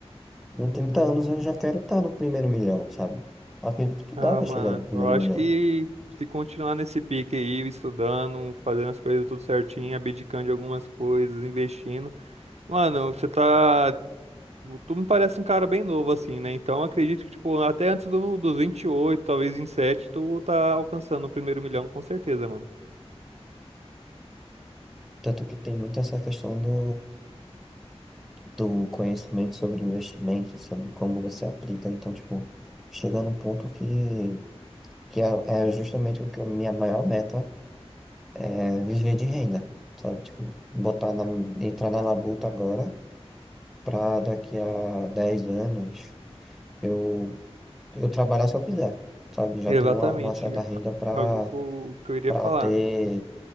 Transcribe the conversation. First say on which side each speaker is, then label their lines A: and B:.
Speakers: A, in the centre; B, on the right.
A: Com 30 anos eu já quero estar no primeiro milhão, sabe? Acredito que
B: Ah,
A: dá pra
B: mano,
A: chegar no primeiro
B: eu acho
A: milhão.
B: que se continuar nesse pique aí, estudando, fazendo as coisas tudo certinho, abdicando de algumas coisas, investindo. Mano, você tá. Tu me parece um cara bem novo, assim, né? Então acredito que, tipo, até antes do, dos 28, talvez 27, tu tá alcançando o primeiro milhão, com certeza, mano.
A: Tanto que tem muito essa questão do do conhecimento sobre investimento, sobre como você aplica. Então, tipo, chega num ponto que, que é, é justamente o que a minha maior meta é viver de renda, sabe? Tipo, botar na, entrar na labuta agora pra daqui a 10 anos eu, eu trabalhar se eu quiser, sabe? Já
B: Exatamente.
A: tenho uma, uma certa renda
B: a-
A: pra,
B: Algo que eu, que eu iria
A: pra
B: falar.
A: ter